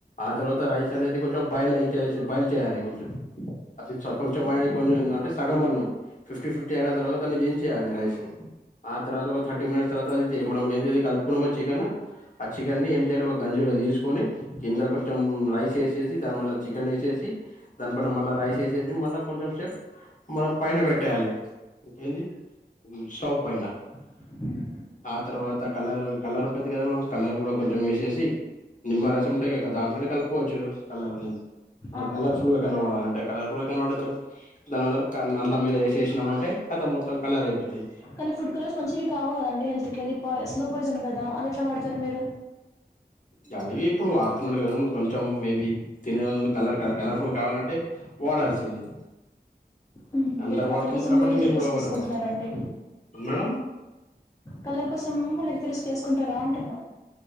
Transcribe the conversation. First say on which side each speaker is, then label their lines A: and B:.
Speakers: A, on the left; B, on the left.
A: ఆ తర్వాత రైస్ అనేది కొంచెం బయల్ అనేది చేసి బయల్ చేయాలి కొంచెం అది కొంచెం అయ్ కొంచెం అంటే సగమన్నం ఫిఫ్టీ ఫిఫ్టీ అయిన తర్వాత దాన్ని దించెయాలి రైస్ ని ఆ తర్వాత ఓ థర్టీ మనిట్స్ తర్వాత మనం ఏదయింతే కలపుకున్నామో చికెను ఆ చికెన్ ని ఏం జెలో గంజులో తీసుకొని కింద కొంచెం రైస్ వేసేసి దాని మల్ల చికెన్ వేసేసి దాని పైన మళ్ళా రైస్ వేసేసి మళ్ళా కొంచెం సేప్ మనం పైన పెట్టేయాలి. ఏంది ఉ స్టవ్ పైన
B: అ
A: ఆ తర్వాత కలర్ కలర్ ఉంటది కదా మేడం కలర్ కూడా కొంచెం వేసేసి నిమ్మరసం ఉంటే కదా దాంట్లోనే కలుపుకోవచ్చు కలర్ అనేది మ
B: ఆహా
A: కలర్ ఫుల్ గా కనపడలంటే అంటే కలర్ఫుల్ గా కనపడతారు తర్వాత <unintelligible> అన్నం మీద వేసేసినం అంటే కాతం మొత్తం కలర్ అయిపోతాయ్.
B: కానీ ఫుడ్ కలర్స్ మంచివి కావు కదాండి హెల్త్ కి అ పాయిజ్ స్లో పాయిజన్ కదా అది ఎట్లా వడుతారు మీరు.
A: కానీ ఇప్పుడు వాడుతున్నారు కదా కొంచెం మేబీ తినే కలర్ కలర్ఫుల్ కావాలంటే వాడాల్సింది
B: ఉ
A: అందరు
B: మీరు కలర్
A: వాడుతున్నారు
B: కోసం
A: కాబట్టి
B: హెల్త్
A: నేను
B: రిస్క్
A: కూడా వాడ
B: తీసుకుంటున్నారండి.
A: వాడ- మేడం
B: కలర్ కోసం హెల్త్ రిస్క్ తిసుకుంటారా అంటున్నా.